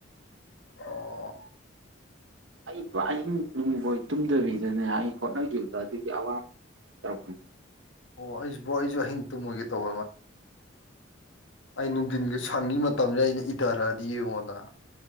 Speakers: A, on the left (about 70°); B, on the right (about 75°).
A: ꯑꯣ
B: ꯑꯩ ꯑꯍꯤꯡ ꯇꯨꯝꯕꯣꯏ ꯇꯨꯝꯗꯕꯤꯗꯅꯦ ꯑꯩ ꯍꯣꯠꯅꯈꯤꯕꯗ ꯑꯗꯨꯒꯤ ꯑꯋꯥꯕ ꯇꯧꯔꯛꯄꯅꯦ
A: ꯑꯣ ꯑꯩ ꯕꯔꯣ ꯑꯩꯁꯨ ꯇꯨꯝꯃꯣꯢꯒꯦ ꯇꯧ ꯑꯩ ꯅꯨꯡꯊꯤꯟꯒꯤ ꯁꯪꯒꯤ ꯃꯇꯝꯁꯤꯗ ꯑꯩꯅ ꯏꯙꯔꯛꯑꯗꯤ ꯌꯦꯡꯉꯣꯗꯅ